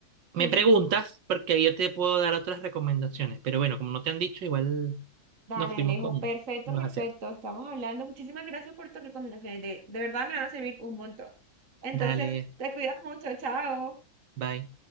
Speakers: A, on the right; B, on the right.
A: me
B: Sí,
A: preguntas
B: sí.
A: porque yo te puedo dar otras recomendaciones. Pero bueno, como no te han dicho, igual
B: Dale,
A: nos fuimos
B: Alejo.
A: con
B: Perfecto,
A: los
B: perfecto.
A: asiáticos.
B: Estamos hablando. Muchísimas gracias por tus recomendaciones. De, de verdad me van a servir un montón. Entonces,
A: Dale,
B: te cuidas mucho. Chao.
A: bye.